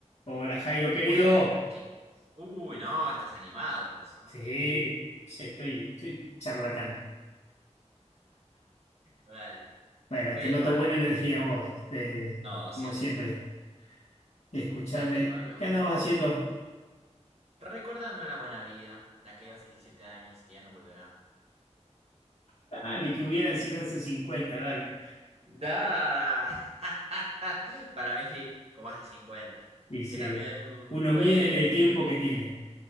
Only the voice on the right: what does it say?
Buenas noches. Uy, no, estás animado, ¿qué pasó?
Dale.
Oye,
Pablo.
No, siempre,
siempre.
¿Sabes qué, Pablo?
Recordando la buena vida de aquellos 17 años que ya no volverán.
Da. <laughs> Para mí, sí, como hace 50.
Es que también
fue,